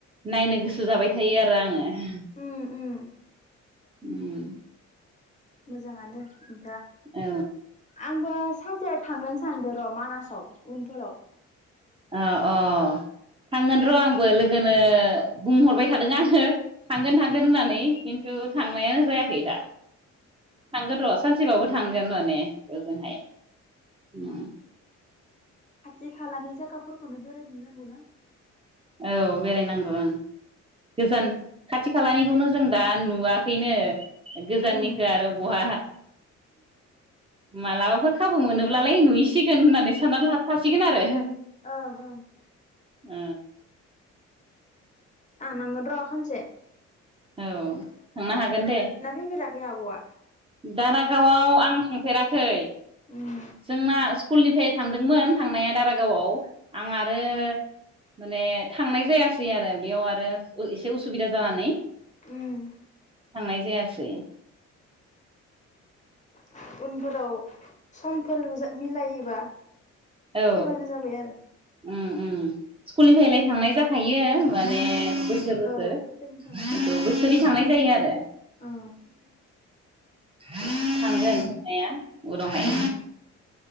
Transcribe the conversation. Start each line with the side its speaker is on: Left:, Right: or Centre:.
Right: नायनो गोसो जाबाय थायो आरो आङो ह
Left: उम उम
Right: <unintelligible> उम।
Left: मोजाङानो उम।
Right: औ।
Left: आंबो सानसे थांगोन सानदो र' मानासाव उनफोराव।
Right: अ अ थांगोन र' आंबो लोगोनो बुंहरबाय थादों आङो थांगोन थांगोन होननानै खिन्थु थांनायानो जायाखै दा थांगोन र' सानसेबावबो थांगोन माने ओजोंहाय उम।
Left: <unintelligible> खालानि जागाफोरखौनो बेरायनो नांगौ ना
Right: औ बेरायनांगौ ओं। गोजोन <unintelligible> खाथि खालानिखौनो जों दा नुवाखैनो
Left: उम
Right: गोजाननिखो आरो बहा-हा मालाबाफोर खाबु मोनोब्लालाय नुहैसिगोन होननानै साननानै लाखा सिगोन आरो।
Left: ओ होम।
Right: ओ।
Left: जानांगोन र'खानसे।
Right: औ थांनो हागोन दे
Left: फैफेराखै आब'आ
Right: दारागावआव आं थांफेराखै
Left: उम
Right: जोंना स्कुलनिफ्राय थांदोंमोन थांनाया दारागावआव आं आरो माने थांनाय जायासै आरो बेयाव आरो ओ एसे उसुबिदा जानानै।
Left: उम
Right: थांनाय जायासै सै
Left: <unintelligible> फोराव सम फोरजा मिलायोबा
Right: औ
Left: फैबानो जाबाय आरो।
Right: उम उम स्कुलनिफ्रायलाय थांनाय जाखायो माने बोसोर बोसोर
Left: औ फैनो थांनाय
Right: सोर
Left: जाखायो
Right: बोसोरै थांनाय जायो आरो
Left: ओ
Right: थांगोन थांनाया उनावहाय
Left: उम